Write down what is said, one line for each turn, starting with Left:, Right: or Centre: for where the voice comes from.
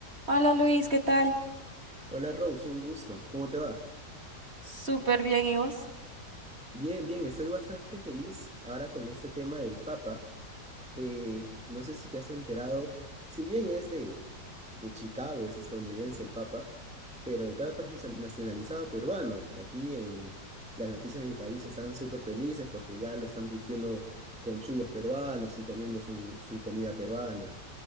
Right: Hola Luis, ¿qué tal?
Centre: Hola Rose, un gusto. ¿Cómo te va?
Right: Súper bien, ¿y vos?
Centre: Bien, bien, estoy bastante feliz ahora con este tema del Papa. Eh, no sé si te has enterado, si bien es de, de Chicago, es estadounidense el Papa, pero el Papa es nacio- nacionalizado peruano. Aquí en las noticias de mi país están súper felices porque ya lo están vistiendo con chullos peruanos y comiendo su, su comida peruana.